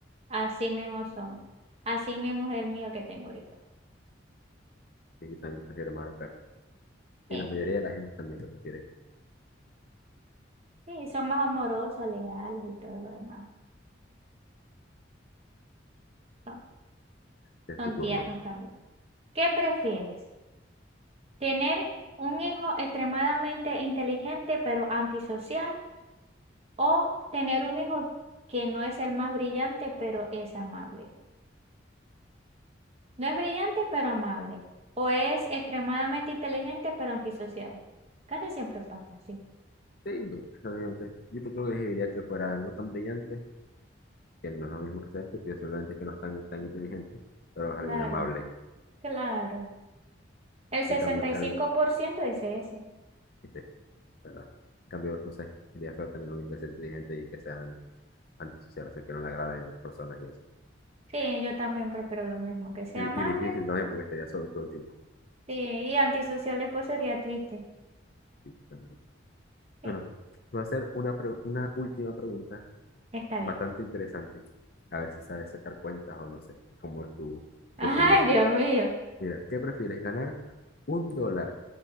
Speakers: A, on the right; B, on the left.
A: Así mismo son. Así mismo es el mío que tengo ahorita.
B: Y yo también prefiero más a los perros. Y
A: Sí,
B: la mayoría de la gente también lo prefiere.
A: sí, son más amorosos, leales y todo lo demás. Son,
B: Es
A: son
B: tu turno.
A: tiernos también. ¿Qué prefieres? ¿Tener un hijo extremadamente inteligente pero antisocial? O tener un hijo que no es el más brillante, pero es amable. No es brillante, pero amable. O es extremadamente inteligente, pero antisocial. Casi siempre pasa así.
B: Sí, obviamente. Yo creo que diría que fuera no tan brillante, que no es lo mismo que sea estúpido, simplemente es que no es tan, tan inteligente, pero es
A: Claro,
B: alguien amable.
A: claro. El sesenta
B: En cambio, que
A: y
B: alguien,
A: cinco por ciento dice eso.
B: este, ¿verdad? En cambio, no sé, sería feo tener un hijo inteligente y que sean antisociales, o sea, que no le agraden las personas y eso.
A: Sí, yo también prefiero lo mismo, que sea
B: Y,
A: amable.
B: y difícil también porque estaría solo todo el tiempo.
A: Sí, y antisocial después sería triste.
B: Sí, también.
A: Sí,
B: Bueno, te voy a hacer una, pre- una última pregunta
A: está
B: bastante
A: bien.
B: interesante. A ver si sabes sacar cuentas o no sé, cómo es tu,
A: <laughs>
B: qué
A: Ay,
B: opinas
A: Dios
B: tú.
A: mío.
B: Mira, ¿qué prefieres ganar? Un dólar